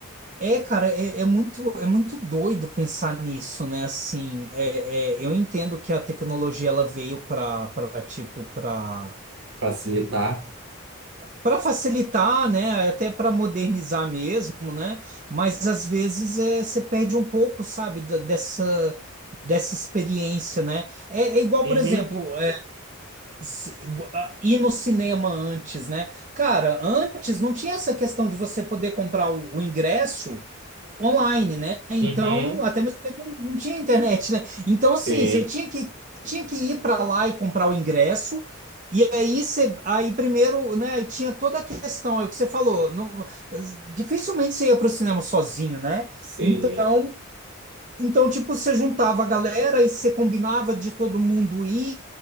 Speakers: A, on the right (about 35°); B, on the right (about 55°).
A: é, cara, é, é muito, é muito doido pensar nisso, né? Assim, é, é, eu entendo que a tecnologia ela veio para para tipo para
B: Facilitar.
A: para facilitar, né? Até para modernizar mesmo, né? Mas às vezes é, você perde um pouco, sabe, da- dessa dessa experiência, né? É, é igual,
B: Uhum.
A: por exemplo. é, s- v- a- ir no cinema antes, né? Cara, antes não tinha essa questão de você poder comprar o, o ingresso online, né? Então,
B: Uhum.
A: até mesmo porque não, não tinha internet, né? Então,
B: Sim,
A: assim, você tinha que, tinha que ir para lá e comprar o ingresso. E aí, você, aí primeiro, né, aí tinha toda a questão, é o que você falou, não, dificilmente você ia para o cinema sozinho, né?
B: sim.
A: Então, então, tipo, você juntava a galera e você combinava de todo mundo ir